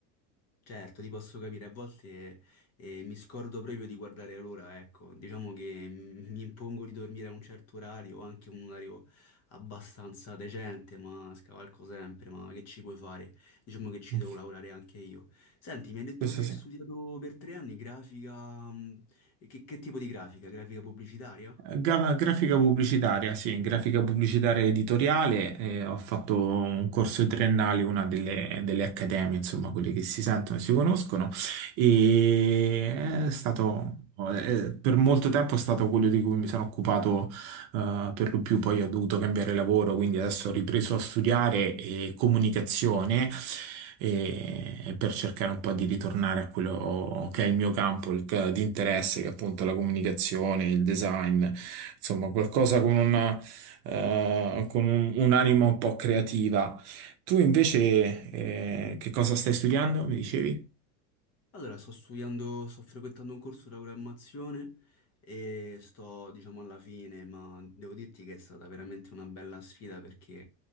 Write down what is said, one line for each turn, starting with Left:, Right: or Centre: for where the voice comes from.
Left: Certo, ti posso capire, a volte eh, mi scordo proprio di guardare l'ora, ecco, diciamo che mm, mi impongo di dormire a un certo orario, anche un orario abbastanza decente, ma scavalco sempre, ma che ci puoi fare? Diciamo che ci
Right: Mm.
Left: devo lavorare anche io. Senti, mi hai detto
Right: Questo
Left: che
Right: sì.
Left: hai studiato per tre anni grafica, mm, e che, che tipo di grafica? Grafica pubblicitaria?
Right: Gra- Grafica pubblicitaria, sì, grafica pubblicitaria editoriale, eh, ho fatto un corso triennale, una delle, delle accademie, insomma, quelle che si sentono e si conoscono, e eh, è stato, eh, per molto tempo è stato quello di cui mi sono occupato eh, per lo più poi ho dovuto cambiare lavoro, quindi adesso ho ripreso a studiare eh, comunicazione eh, per cercare un po' di ritornare a quello che è il mio campo il ca- di interesse, che è appunto la comunicazione, il design, insomma qualcosa con una, eh, con un- un'anima un po' creativa. Tu invece eh, che cosa stai studiando, mi dicevi?
Left: Allora, sto studiando, sto frequentando un corso di programmazione e sto, diciamo, alla fine, ma devo dirti che è stata veramente una bella sfida perché